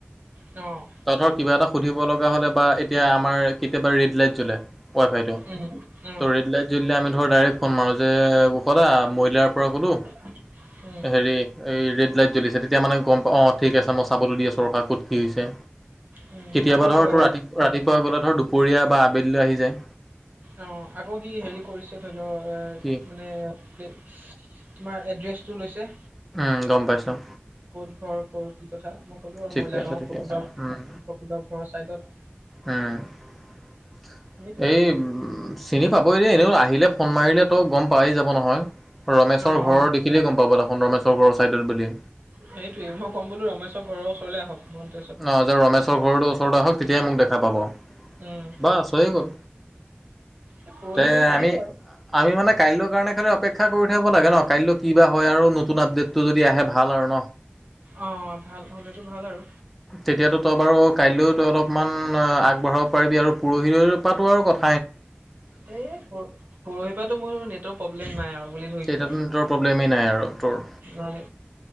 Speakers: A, on the right; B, in the centre.
A: অঁ।
B: তই ধৰ কিবা এটা সুধিব লগা হ'লে বা এতিয়া আমাৰ কেতিয়াবা ৰেড লাইট জলে ৱাই-ফাইটো।
A: উম, অ',
B: ত ৰেড লাইট জলিলে আমি ধৰ ডাইৰেক্ট ফোন মাৰোঁ যে কুষ দা মইলাৰ পৰা ক'লোঁ।
A: চক চক উ আ উম।
B: হেৰি এই ৰেড লাইট জ্বলিছে তেতিয়া মানে গম পা অঁ ঠিক আছে মই চাবলৈ দি আছোঁ ৰখা ক'ত কি হৈছে?
A: উম,
B: কেতিয়াবা
A: আকৌ
B: ধৰ তোৰ
A: এ
B: ৰাতি ৰাতিপুৱা ক'লে ধৰ দুপৰীয়া বা আবেলি লৈ আহি যায়।
A: অ অ অ আকৌ সি হেৰি কৰিছে ধৰি ল এ
B: কি
A: মানে সি ই ই ই তোমাৰ এড্ৰেছটো লৈছে।
B: উম উ উ গম পাইছোঁ।
A: ক'ত ঘৰ? ক'ত, কি কথা? মই ক'লো আৰু
B: ঠিকে
A: মইলা
B: আছে
A: গাঁওৰ
B: ঠিকে
A: কপিলৰ-কপিলৰ
B: আছে উম
A: ঘৰৰ চাইদত।
B: উম উ উ।
A: সেইটোৱে
B: এই
A: আৰু
B: উম উম উম চিনি পাবই দেই এনেইও আহিলে ফোন মাৰিলে তো গম পাই যাব নহয়। ৰমেশৰ
A: অ',
B: ঘৰৰ দেখিলেই গম পাব দেখোন ৰমেশৰ ঘৰৰ চাইডত বুলি।
A: সেইটোৱে মই কম বোলো ৰমেশৰ ঘৰৰ ওচৰলে আহক, মই
B: অ যে ৰমেশৰ ঘৰটো ওচৰলে আহক তেতিয়াই মোক দেখা পাব।
A: উম'
B: বাচ হৈ গ'ল,
A: এই পৰহি
B: তে
A: মানে আহিব
B: আমি
A: আৰু
B: আমি মানে কাইলৈৰ কাৰণে খালি অপেক্ষা কৰি থাকিব লাগে ন, কাইলৈ কি বা হয় আৰু নতুন আপডেটটো যদি আহে ভাল আৰু ন।
A: অ, ভাল, হ'লেতো ভাল আৰু।
B: তেতিয়াতো তই বাৰু, কাইলেও তই অলপমান আগবঢ়াব পাৰিবি আৰু, পৰহিলৈ পাতো আৰু কথ-
A: এই পৰ, পৰহি পৰাটো মোৰ নেটৱৰ্ক প্ৰব্লেম নাই আৰু বুলি ধৰিছো।
B: ইন্টাৰনেটৰ প্ৰব্লেমেই নাই আৰু তোৰ।
A: নাই।